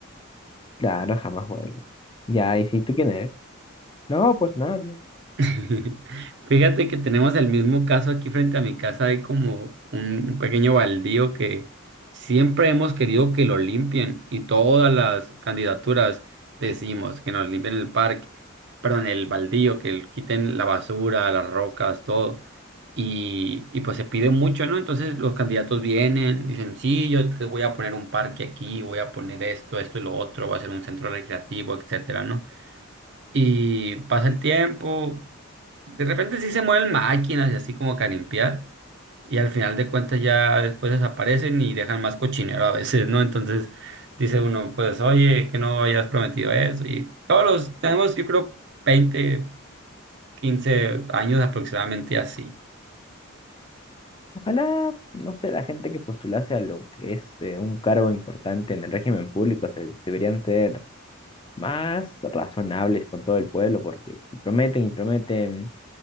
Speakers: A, on the left; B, on the right.
A: Claro, jamás vuelve. Ya, ¿y si tú quién eres? No, pues nadie.
B: <laughs> Fíjate que tenemos el mismo caso aquí frente a mi casa. Hay como un pequeño baldío que siempre hemos querido que lo limpien y todas las candidaturas decimos que nos limpien el parque, perdón, el baldío, que el- quiten la basura, las rocas, todo. Y, y pues se pide mucho, ¿no? Entonces los candidatos vienen, dicen, sí, yo te voy a poner un parque aquí, voy a poner esto, esto y lo otro, va a ser un centro recreativo, etcétera, ¿no? Y pasa el tiempo, de repente sí se mueven máquinas y así como que a limpiar. Y al final de cuentas ya después desaparecen y dejan más cochinero a veces, ¿no? Entonces dice uno, pues oye, que no hayas prometido eso. Y todos los, tenemos yo creo 20 15 años aproximadamente así.
A: Ojalá, no sé, la gente que postulase a lo que es eh, un cargo importante en el régimen público se, deberían ser más razonables con todo el pueblo, porque si prometen y prometen